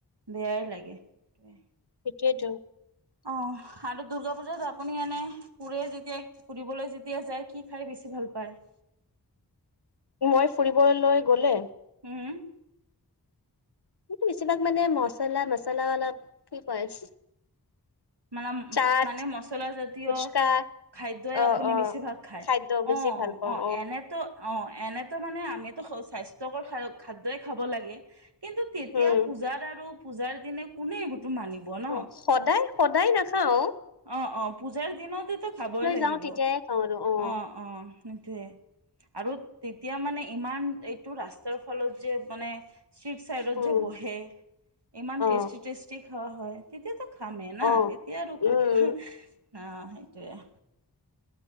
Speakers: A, on the right; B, on the left.
A: বেয়াই লাগে। সেয়ে।
B: তাকেইতো।
A: অহ। আৰু দূৰ্গাপুজাত আপুনি এনে ফুৰে যেতিয়া, ফুৰিবলৈ যেতিয়া যায় কি খাই বেছি ভাল পা ভাল পায়?
B: মই ফুৰিবলৈ গ'লে
A: উম।
B: কি বেছিভাগ মানে মছলা-মছলা অলপ কি কয়? <inaudible>
A: মানে উ।
B: চাট
A: মানে মচলা জাতীয়
B: ফুচকা
A: খাদ্যই
B: অ
A: আপুনি
B: অ
A: বেছিভাগ খায়।
B: খাদ্য বেছি
A: অ'
B: ভাল পাওঁ
A: অ' এনেতো অ'। এনেতো মানে আমিতো স্বাস্থ্যকৰ খ -খাদ্যই খাব লাগে। কিন্তু তেতিয়া
B: উম
A: পূজাত আৰু পূজাৰ দিনা কোনে এইবোৰটো মানিব ন?
B: অ সদায় সদায় নাখাওঁ।
A: অহ। অহ। পূজাৰ দিনত টো খাবই লাগিব।
B: যাওঁ তেতিয়াই খাওঁ আৰু অ
A: অহ। অহ। সেইটোৱেই আৰু তেতিয়া মানে ইমান এইটো ৰাস্তাৰ ফলত যে মানে ষ্ট্ৰীট ছাইডত
B: উম
A: যে বহে ইমান
B: অ
A: টেষ্টি টেষ্টি খাোৱাা হয় তেতিয়াাতো খামে ন
B: অ
A: তেতিয়া আৰু ক'ত
B: উম
A: আহ সেইটোৱেই